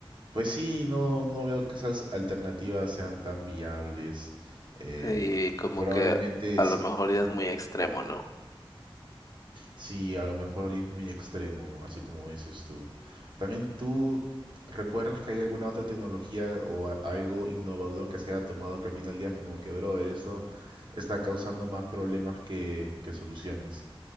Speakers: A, on the right; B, on the left.
A: pues sí, no, no veo que esas alternativas sean tan viables. Eh,
B: Sí, como
A: probablemente,
B: que a lo
A: sí,
B: mejor ya
A: ¿no?
B: es muy extremo, ¿no?
A: Sí, a lo mejor y es muy extremo, así como dices tú. También tú recuerdas que hay alguna otra tecnología o a- algo innovador que se haya tomado que al final del día es como que, brother, esto está causando más problemas que, que soluciones.